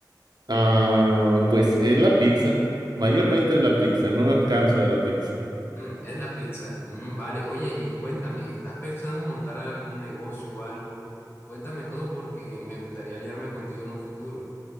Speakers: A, on the right; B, on the left.
A: Ah, pues es la pizza. Mayormente es la pizza. No me canso de la pizza.
B: Mm, es la pizza. Mm, vale, oye, y cuéntame, ¿estás pensando en montar algún negocio o algo? Cuéntame todo porque me gustaría aliarme contigo en un futuro.